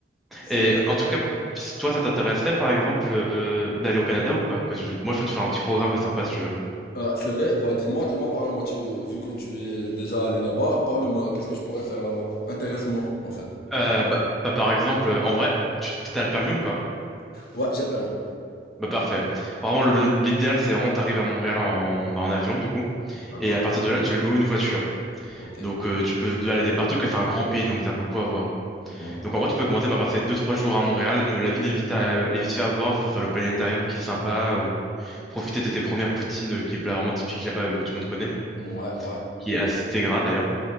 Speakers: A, on the left (about 55°); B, in the centre.
A: si-
B: Et en tout cas, si toi, ça t'intéresserait, par exemple, euh, d'aller au Canada ou pas? Parce que je- moi, je veux te faire un petit programme sympa, si tu veux.
A: Ah, c'est vrai, bah dis-moi, dis-moi, parle-moi, tu, vu que tu es déjà allé là-bas, parle-moi, qu'est-ce que je pourrais faire là-bas? Intéresse-moi, en fait.
B: Euh, bah, bah, par exemple, euh, en vrai, tu t'as le permis ou pas?
A: Ouais, j'ai le permis.
B: Bah, parfait. Vraiment, le- le- l'idéal, c'est vraiment t'arrives à Montréal en, bah, en avion, du coup.
A: D'accord.
B: Et à partir de là, Ouais. tu Ouais. loues une voiture.
A: Ok.
B: Donc, euh, tu peux te balader partout, car c'est un grand pays, donc t'as beaucoup à voir.
A: Oui.
B: Donc, en vrai, tu peux commencer par passer deux, trois jours à Montréal. Euh, La ville est vite, à, est vite fait à voir. Tu peux faire le planétarium qui est sympa. euh, profiter de tes premières poutines, euh, qui est là, vraiment typique là-bas, euh, que tout le monde connaît,
A: Ouais, ouais.
B: qui est assez gras, d'ailleurs.